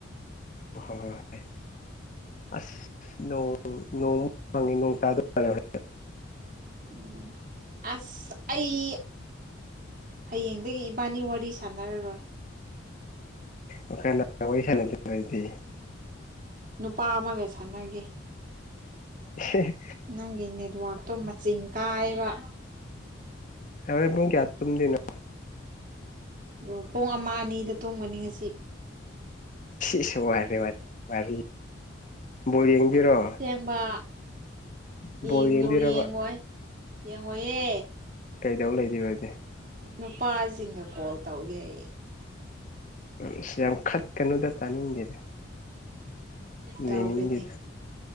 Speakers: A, on the left; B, on the right.
A: ꯍ ꯍꯣꯏ ꯍꯣꯏ ꯍꯣꯏ ꯑꯁ ꯅꯣꯡ ꯅꯣꯡꯃꯨꯛ ꯃꯪꯏ ꯅꯣꯡ ꯇꯥꯗꯧ ꯃꯥꯜꯂꯦ
B: ꯎꯝ ꯑꯁ ꯑꯩ ꯍꯌꯦꯡꯗꯒꯤ ꯏꯕꯥꯟꯅꯤ ꯋꯥꯔꯤ ꯁꯥꯟꯅꯔꯔꯣꯏ
A: ꯑꯦ ꯀꯅꯥ ꯋꯥꯔꯤ ꯁꯥꯟꯅꯗꯣꯏꯕ ꯑꯩꯗꯤ
B: ꯅꯨꯄꯥ ꯑꯃꯒ ꯁꯥꯟꯅꯒꯦ
A: ꯍ <unintelligible>
B: ꯅꯪꯒꯤ ꯅꯦꯠꯋꯥꯛꯇꯣ ꯃꯆꯤꯡ ꯀꯥꯏꯌꯦꯕꯥ
A: ꯍꯣꯔꯦꯟ ꯄꯨꯡ ꯀꯌꯥ ꯇꯨꯝꯗꯣꯏꯅꯣ
B: ꯑꯣ ꯄꯨꯡ ꯑꯃ ꯑꯅꯤꯗ ꯇꯨꯝꯒꯅꯤ ꯉꯁꯤ
A: ꯏꯁ <unintelligible> ꯋꯥꯔꯤ ꯕꯣꯜ ꯌꯦꯡꯗꯣꯏꯔꯣ
B: ꯌꯦꯡꯕ
A: ꯕꯣꯜ
B: ꯌꯦꯡꯉꯣꯏ
A: ꯌꯦꯡꯕꯤꯔꯕ
B: ꯌꯦꯡꯉꯣꯏꯌꯦ
A: ꯀꯩꯗꯧ ꯂꯩꯗꯣꯏꯕ ꯑꯗꯨꯗꯤ
B: ꯅꯨꯄꯥꯁꯤꯡꯒ ꯀꯣꯜ ꯇꯧꯒꯦ ꯑꯩ
A: ꯑꯁ ꯌꯥꯝ ꯈꯠꯀꯅꯨꯗ ꯇꯥꯅꯤꯡꯗꯦꯗ ꯌꯦꯡꯅꯤꯡꯗꯦꯗ
B: ꯇꯧꯒꯅꯤ